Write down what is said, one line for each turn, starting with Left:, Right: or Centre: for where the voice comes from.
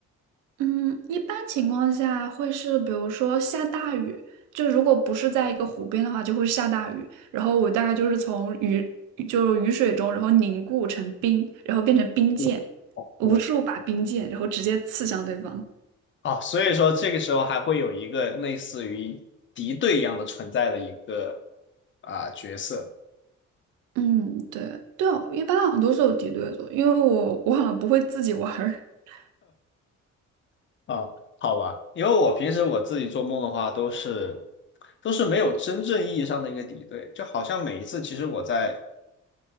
Right: 嗯，一般情况下会是，比如说下大雨，就如果不是在一个湖边的话，就会下大雨。然后我大概就是从雨，就雨水中，然后凝固成冰，然后变成冰箭，
Left: 嗯好酷
Right: 无数把冰箭，然后直接刺向对方。
Left: 啊！所以说这个时候还会有一个类似于敌对一样的存在的一个啊、角色
Right: 嗯，对，对哦，一般好像都是有敌对组，因为我我好像不会自己玩儿。<laughs>
Left: 啊，好吧？因为我平时我自己做梦的话，都是都是没有真正意义上的一个敌对，就好像每一次其实我在